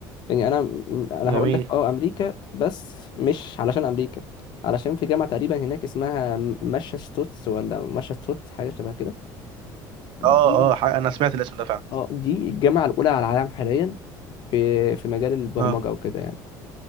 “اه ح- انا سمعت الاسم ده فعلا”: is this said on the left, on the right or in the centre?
Right